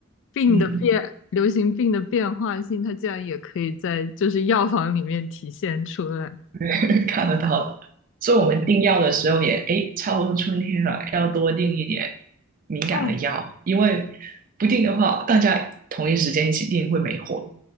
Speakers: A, on the left (about 60°); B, on the right (about 40°).
A: 病的变，
B: <laughs> 嗯。
A: 流行病的变化性，它竟然也可以在就是药房里面体现出来。
B: <laughs> 看得到的。所以我们订药的时候也，哎，差不多春天了，要多订一点敏感的药，
A: 哦，
B: 因为不定的话，大家同一时间一起订会没货。